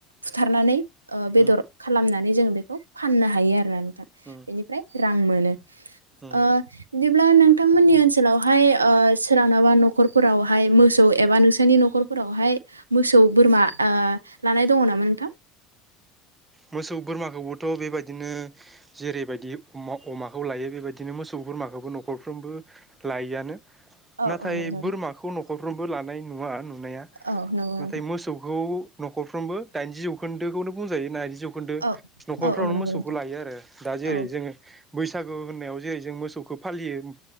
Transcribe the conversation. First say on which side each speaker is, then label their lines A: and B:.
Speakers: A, on the right (about 85°); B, on the right (about 15°).
A: बुथारनानै ओ बेदर
B: उम
A: खालामनानै जों बेखौ फाननो हायो आरो
B: उम
A: बेनिफ्राय रां मोनो
B: उम
A: बिदिब्ला नोंथांमोननि ओनसोलावहाय ओ सोरावनाबा न'खरफोरावहाय मोसौ एबा नोंसोरनि न'खरफोरावहाय मोसौ बोरमा लानाय दङ नामा नोंथां?
B: मोसौ बोरमाखौबोथ' बेबायदिनो जेरैबायदि अमाखौ लायो बेबायदिनो मोसौ बोरमाखौबो न'खरफ्रोमबो लायो आनो
A: औ
B: नाथाय
A: औ नंगौ
B: बोरमाखौ
A: नोंथां
B: न'ख खरफ्रोमबो लानाय नुवा नु नाया
A: औ नंगौ
B: नाथाय
A: नोंथां
B: मोसौखौ न'खरफ्रोमबो दाइनजि जौखोन्दोखौनो बुंजायो नारजि जौखोन्दो
A: औ
B: न'खरफ्रावनो
A: औ औ नंगौ
B: मोसौखौ
A: नोंथां
B: लायो आरो दा जेरै
A: औ
B: जोङो बैसागु होननायाव जेरै जों मोसौखौ फालियो।